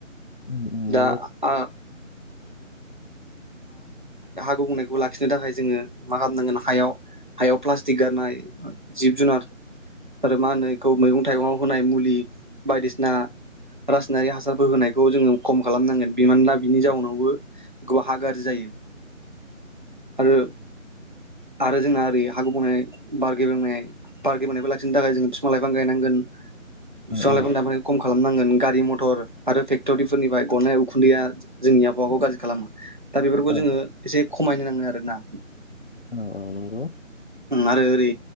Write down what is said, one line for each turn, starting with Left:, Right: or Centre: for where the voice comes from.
Left: उ
Right: हा गुबनाय ला लाखिनो थाखाय जोङो मा खालामनांगोन हायाव हायाव प्लास्टिक गारनाय जिब जुनार आरो मा होनो बेखौ मैगं थाइगंाव होनाय मुलि बायदिसिना रासायनारि हासारफोर होनायखौ जोङो खम खालामनांगोन बिमानोना बिनि जाउनावबो गोब ह गाज्रि जायो आरो आरो जोंना ओरै हाग बनाय बारगलोंनाय पार्कि मोननायबो लाखिनो थाखाय जों बिफां लाइफां गायनांगोन
Left: औ
Right: बिफां लाइफां दानखौ खम खालामनांगोन गारि मथर आरो फेक्ट'रिफोरनिफ्राय गननाय उखुन्दैया जोंनि आबहावाखौ गाज्रि खालामो दा बेफोरखौ
Left: औ
Right: जोङो एसे खमायनो नाङो आरो ना
Left: औ औ
Right: आरो ओरै